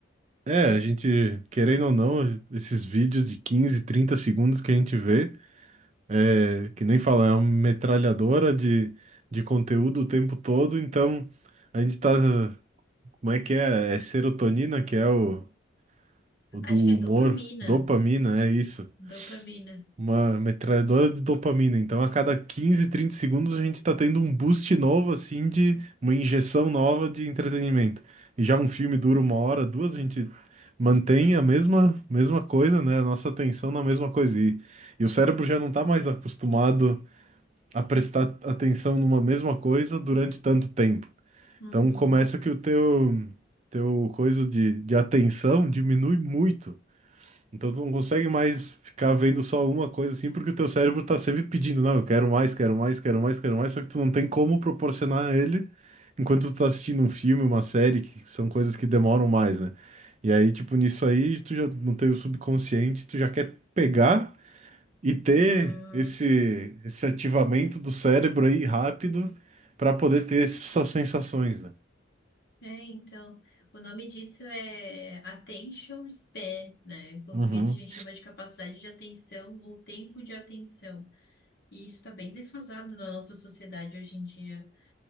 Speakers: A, on the right (about 35°); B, on the left (about 55°).
A: É, a gente, querendo ou não, esses vídeos de 15, 30 segundos que a gente vê, é, que nem fala, é uma metralhadora de, de conteúdo o tempo todo, então a gente tá, como é que é? É serotonina, que é o, o do
B: Acho
A: humor,
B: que é dopamina.
A: dopamina, é isso.
B: Dopamina.
A: Uma metralhadora de dopamina. Então, a cada 15 30 segundos, a gente está tendo um boost novo, assim, de uma injeção nova de entretenimento. E já um filme dura uma hora, duas, a gente mantém a mesma, mesma coisa, né? A nossa atenção na mesma coisa. E, e o cérebro já não está mais acostumado a prestar atenção numa mesma coisa durante tanto tempo.
B: Uhum,
A: Então, começa que o teu, teu coisa de, de atenção diminui muito. Então tu não consegue mais ficar vendo só uma coisa assim, porque o teu cérebro tá sempre pedindo, não, eu quero mais, quero mais, quero mais, quero mais, só que tu não tem como proporcionar a ele enquanto tu tá assistindo um filme, uma série, que são coisas que demoram mais, né? E aí, tipo, nisso aí, tu já não tem o subconsciente, tu já quer pegar e ter
B: uhum.
A: esse, esse ativamento do cérebro aí rápido pra poder ter essas sensações, né?
B: É, então, o nome disso é attention span, né? Em português
A: Uhum.
B: a gente chama de capacidade de atenção ou tempo de atenção. E isso está bem defasado na nossa sociedade hoje em dia.